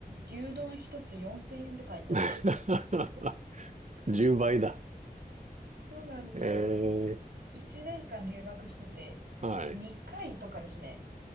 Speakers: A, on the right; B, on the right.
A: 牛丼一つ4000円って書いてあっ
B: <laughs> 10倍だ。
A: そうなんですよ。
B: ええ、
A: 1年間留学してて、
B: はい。
A: 2回とかですね。